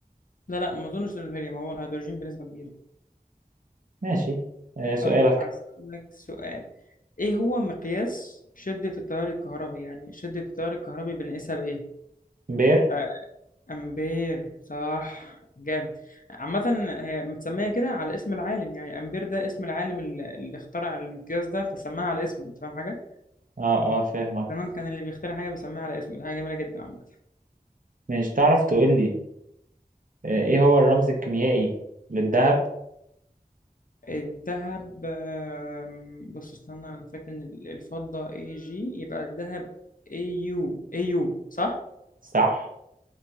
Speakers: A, on the left; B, on the right.
A: لا لا ما اظنش ان الهيليوم هو الهيدروجين بنسبه كبيره
B: ماشي آه سؤالك
A: طيب هسألك سؤال ايه هو مقياس شدة التيار الكهربي يعني شدة التيار الكهربي بنقيسها بإيه؟
B: بير
A: آه، أمبير صح جامد عامة هي متسمية كده على اسم العالم يعني أمبير ده اسم العالم ال- اللي اخترع المقياس ده فسماها على اسمه أنت فاهم حاجة؟
B: اه اه فاهمك
A: زمان كان اللي بيخترع حاجة بيسميها على اسمه دي حاجة جميلة جدا عامة
B: ماشي تعرف تقول لي آه ايه هو الرمز الكيميائي للذهب
A: الذهب آم، بص استنى أنا فاكر إن الفضة اي جي يبقى الذهب اي يو اي يو صح؟
B: صح